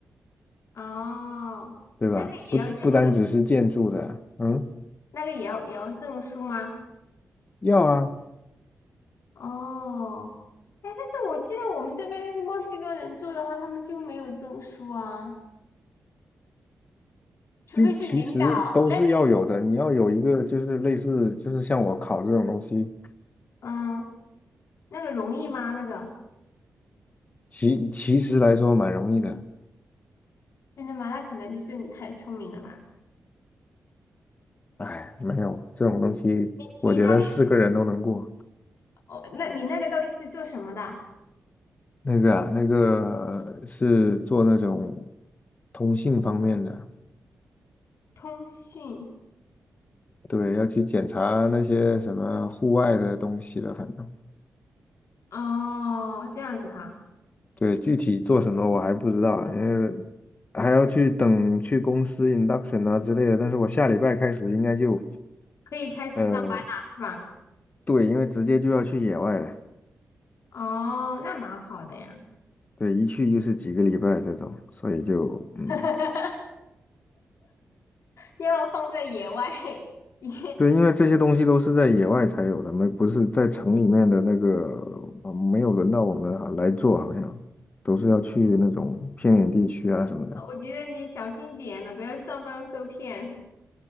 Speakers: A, on the left (about 75°); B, on the left (about 35°).
A: <laughs> 哦，
B: 对吧？
A: 那个也要证的，
B: 不不单只是建筑的啊嗯，
A: 那个也要也要证书吗？
B: 要啊，
A: 哦，哎，但是我记得我们这边墨西哥人做的话，他们就没有证书啊。除非是领导，
B: 就其实都是要有的，你要有一个就是类似就是像我考这种东西，
A: 那嗯，那个容易吗？那个
B: 其其实来说蛮容易的。
A: 真的吗？那可能就是你太聪明了吧？
B: 哎，没有这种东西，
A: 你到底
B: 我觉得是个人都能过。
A: 哦，那你那个到底是做什么的？
B: 那个啊，那个是做那种通信方面的，
A: 通讯
B: 对，要去检查那些什么户外的东西了，反正
A: 哦，这样子哈，
B: 对，具体做什么我还不知道啊因为还要去等去公司 induction 啊之类的。但是我下礼拜开始应该就。
A: 可以开始上班了是吧？
B: 呃，对，因为直接就要去野外了，
A: 哦，那蛮好的呀，
B: 对，一去就是几个礼拜这种，所以就嗯，
A: <laughs> 要放在野外，<laughs> 也
B: 对，因为这些东西都是在野外才有的，没不是在城里面的那个，呃没有轮到我们哈来做，好像都是要去那种偏远地区啊什么的。
A: 我觉得你小心点了，不要上当受骗。